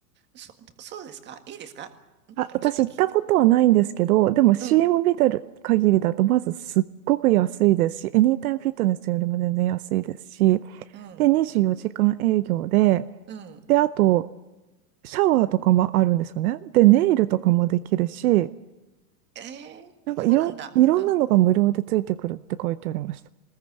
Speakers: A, on the right; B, on the right.
A: そ、そうですかいいですかなんかちょっとき、
B: あ、私行ったことはないんですけど、でも CM
A: うん、
B: 見てる限りだと、まずすっごく安いですし、エニータイムフィットネスよりも全然安いですし、
A: うん。
B: で、24時間営業で、
A: うん。
B: で、あと、シャワーとかもあるんですよね。で、ネイルとかもできるし、
A: ええそうなんだ。
B: なんかいろん、いろんなのが無料でついてくるって書いてありました。
A: うん。